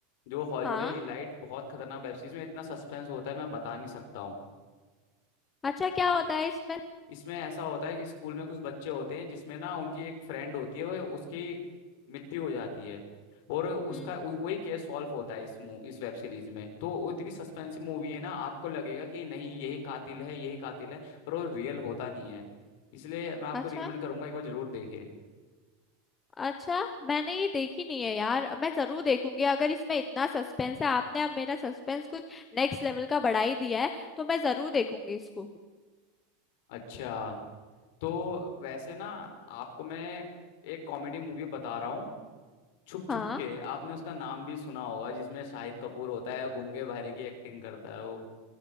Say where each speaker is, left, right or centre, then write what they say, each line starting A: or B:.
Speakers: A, on the left; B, on the left.
A: जो हॉलीवुड
B: हाँ
A: है इलाइट बहुत खतरनाक वेब सीरीज में इतना सस्पेंस होता है मैं बता नहीं सकता हूँ
B: अच्छा क्या होता है इसमें
A: इसमें ऐसा होता है कि स्कूल में कुछ बच्चे होते हैं जिसमें ना उनकी एक फ्रेंड होती है वो उसकी मृत्यु हो जाती है और उसका
B: हम्म
A: उ- वही केस सॉल्व होता है इस मू इस वेब सीरीज में तो वो इतनी सस्पेंसिव मूवी है ना आपको लगेगा कि नहीं यही कातिल है यही कातिल है पर वो रियल होता नहीं है इसलिए मैं आपको
B: अच्छा
A: रिकमेंड करूंगा एक बार जरूर देखें
B: अच्छा मैंने ये देखी नहीं है यार मैं जरूर देखूंगी अगर इसमें इतना सस्पेंस है आपने अब मेरा सस्पेंस कुछ नेक्स्ट लेवल का बढ़ा ही दिया है तो मैं जरूर देखूंगी इसको
A: अच्छा तो वैसे ना आपको मैं एक कॉमेडी मूवी बता रहा हूँ छुप छुप
B: हाँ
A: के आपने उसका नाम भी सुना होगा जिसमें शाहिद कपूर होता है गूंगे बहरे की एक्टिंग करता है वो